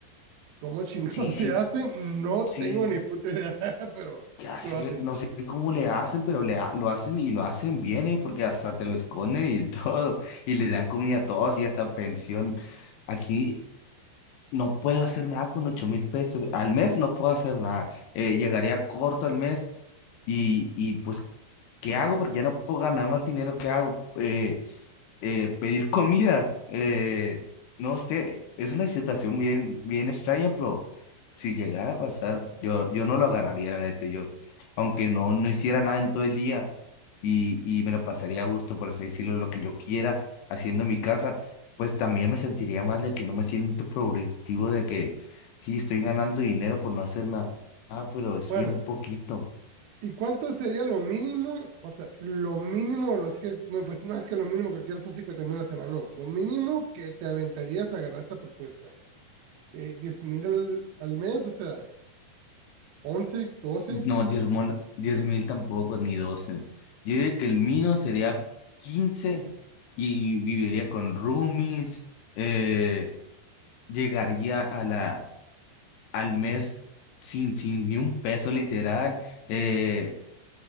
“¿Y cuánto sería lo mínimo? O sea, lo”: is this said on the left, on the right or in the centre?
Right